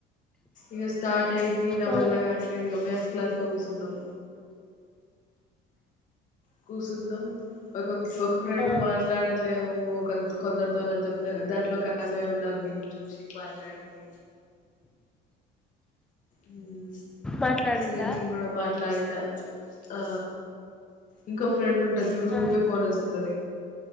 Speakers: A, on the left; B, in the centre.
A: ఇక స్టార్ట్ అయింది నా
B: ఆ ఆ
A: వల్ల కాటలేదు ఇక మ్యాథ్స్ క్లాస్ లో కూర్చున్నాం కూర్చున్నాం ఒక ఒక ఫ్రెండ్
B: ఆ
A: మాట్లాడట్లేము ఒక కొందరతోని చెప్పిన దాంట్లో ఆమెమి నవ్వింది చూసి మాట్లాడింది హ
B: మాట్లాడిందా
A: ఇక నం కూడా మాట్లాడిన ఆ ఇంకో ఫ్రెండ్ ట్ట జుడు
B: ఆ
A: ఊకె ఫోనే చూతది